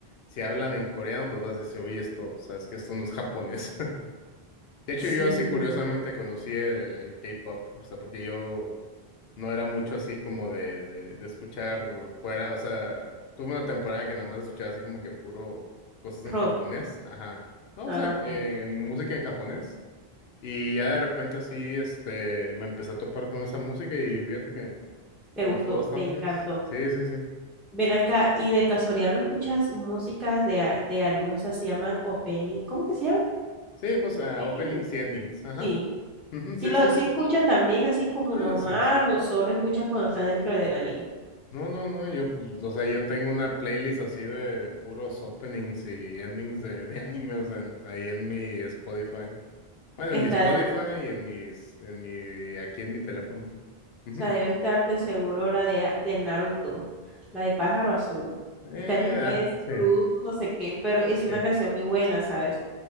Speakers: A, on the left (about 75°); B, in the centre.
A: si hablan en coreano, pues vas a decir, oye, esto, sabes que esto no es japonés. De hecho,
B: Sí,
A: yo así curiosamente conocí el, el K-pop, o sea, porque yo no era mucho así como de, de, de escuchar fuera, o sea, tuve una temporada que nada más escuchaba así como que puro cosas en
B: Rod.
A: japonés, ajá, no,
B: Ah,
A: o sea,
B: ok.
A: eh, música en japonés, y ya de repente así, este, me empecé a topar con esa música y fíjate que
B: Te
A: me
B: gustó,
A: gustó bastante,
B: te encantó.
A: sí, sí, sí,
B: Ven acá, y de casualidad no escuchas músicas de, a- de anime, o sea, se llaman opening ¿Cómo que se llama?
A: sí, pues ah,
B: Opening
A: openings y endings, ajá,
B: Sí.
A: Ujú,
B: Si
A: sí,
B: lo
A: sí,
B: si
A: sí,
B: escuchas también así como
A: ah,
B: normal
A: sí, sí.
B: o solo escuchas cuando está dentro del anime.
A: No, no, no, yo, pues, o sea, yo tengo una playlist así de, de puros openings y endings de, de animes en- ahí en mi Spotify. Bueno,
B: Está,
A: en mi Spotify y en mis, en mi, aquí en mi teléfono. Ujú.
B: O sea, debe estar de seguro la de, a- de Naruto, la de Pájaro Azul.
A: Eh,
B: Está en inglés,
A: ah, sí,
B: Blue, no sé qué, pero es
A: sí.
B: una canción muy buena, ¿sabes?